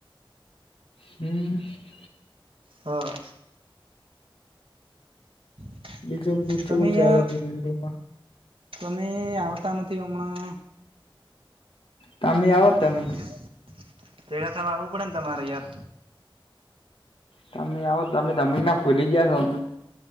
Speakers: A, on the left (about 80°); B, on the right (about 80°).
A: <inaudible>
B: હા. <inaudible>
A: બીજું કુચવું
B: તમે
A: ચાલે
B: યાર
A: જિંદગી માં
B: તમે આવતા નથી હમણાં
A: તમે આવો તમે
B: <inaudible> તેેડાસાવા આવું પડે ને તમારે યાર
A: તમે આવો તમે તમે ના ફૂલી ગયા છો અમન